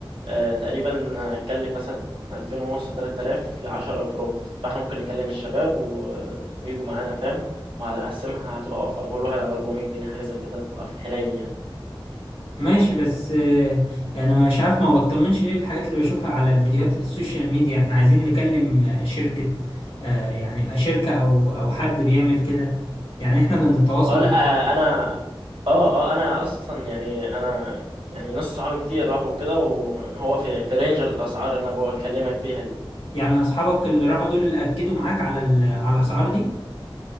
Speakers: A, on the right; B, on the left.
A: آه، تقريبا هيكلف مثلا 2000 ونص 3000 ل 10 أفراد فاحنا ممكن نكلم الشباب و... ويجوا معانا فاهم وهقسمها هتبقى واقفة كل واحد على 400 جنيه حاجة زي كده هتبقى في الحنين يعني
B: ماشي بس آه انا مش عارف ما بطمنش ليه الحاجات اللي بشوفها على الفيديوهات اللي السوشيال ميديا احنا عايزين نكلم آه، شركة آه يعني شركة او او حد بيعمل كده يعني احنا اللي نتواصل
A: اه لا حلو انا اه اه انا اصلا يعني انا يعني ناس صحابي كتير راحوا كده وهو في في رينج الاسعار اللي انا بكلمك فيها دي
B: يعني اصحابك اللي راحوا دول اكدوا معاك على ال- على الاسعار دي